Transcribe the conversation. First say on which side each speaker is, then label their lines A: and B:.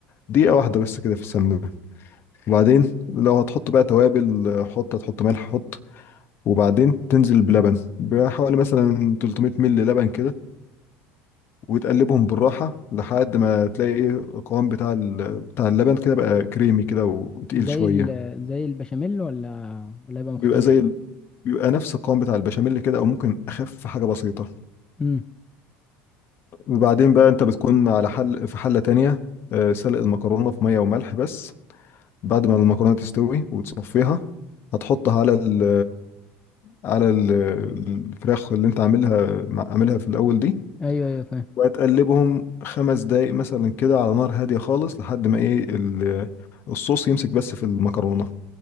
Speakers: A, on the left (about 50°); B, on the left (about 15°).
A: دقيقة واحدة بس كده في السمنة وبعدين لو هتحط بقى توابل حط هتحط ملح حط وبعدين تنزل بلبن بحوالي مثلا 300 مل لبن كده وتقلبهم بالراحة لحد ما تلاقي ايه القوام بتاع ال... بتاع اللبن كده بقى كريمي كده وتقيل
B: زي
A: شوية
B: ال زي البشاميل ولا ولا يبقى مختلف
A: بيبقى زي ال... بيبقى نفس القوام بتاع البشاميل كده او ممكن اخف حاجة بسيطة
B: امم
A: وبعدين بقى انت بتكون على حل في حلة تانية آه، سلق المكرونة في مية وملح بس بعد ما المكرونة تستوي وتصفيها هتحطها على ال على ال- الفراخ اللي انت عاملها عاملها في الاول دي
B: ايوه ايوه فاهم
A: وهتقلبهم خمس دقايق مثلا كده على نار هادية خالص لحد ما ايه ال- الصوص يمسك بس في المكرونة